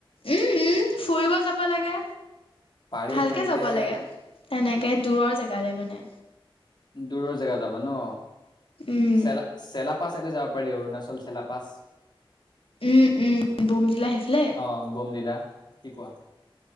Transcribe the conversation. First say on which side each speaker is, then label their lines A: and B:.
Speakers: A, on the left; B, on the left.
A: উম উম ফুৰিব যাব লাগে।
B: পাৰি
A: ভালকে
B: তেন্তে
A: যাব লাগে তেনেকে দূৰৰ জেগালে মানে
B: দূৰৰ জেগা যাবা ন
A: উম
B: চেলা চেলাপা চাইডে যাব পাৰি অৰুণাচল চেলা পাছ
A: উম উম বমটিলা হেফালে
B: অ বমডিলা কি কোৱা